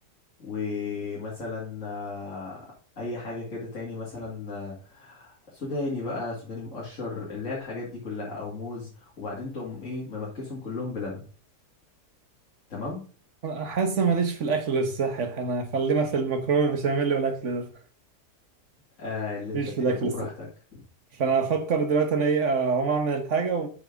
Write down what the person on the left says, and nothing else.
ومثلا آه، اي حاجه كده تاني مثلا آه، سوداني بقى سوداني مقشر اللي هي الحاجات دي كلها او موز وبعدين تقوم ايه ممكسهم كلهم بلبن تمام
آه اللي انت
تحبه
براحتك